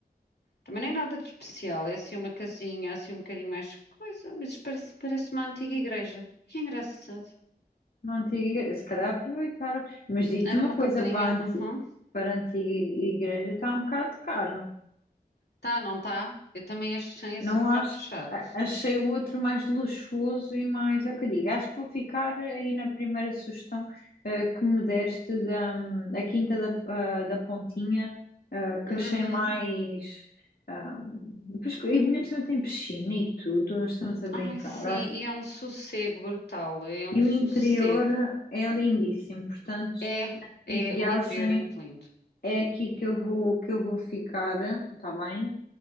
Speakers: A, on the left; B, on the left.
A: Também não é nada de especial, é assim uma casinha, assim um bocadinho mais coisa, mas isso parece, parece uma antiga igreja. Que engraçado.
B: Na antiga igreja, se calhar aproveitaram. Mas digo-te
A: Era
B: uma
A: uma
B: coisa,
A: capelinha,
B: para a anti-
A: uhum.
B: para a antiga igreja está um bocado caro.
A: Tá, não tá? Eu também achei esse
B: Não
A: um bocado
B: acho.
A: fechado.
B: a- Achei o outro mais luxuoso e mais. É o que eu digo. Acho que vou ficar aí na primeira sugestão eh, que me deste da hum, a Quinta da, ah, da Pontinha, ah,
A: Uhum.
B: que achei mais. hum, pois que- e ainda por cima tem piscina e tudo, nós estamos a brincar.
A: Ai, sim,
B: acho.
A: e é um sossego brutal, é um
B: E o
A: sossego.
B: interior é lindíssimo, portanto,
A: É,
B: em
A: é,
B: viagem
A: o interior é muito lindo.
B: é aqui que eu vou, que eu vou ficar, está bem?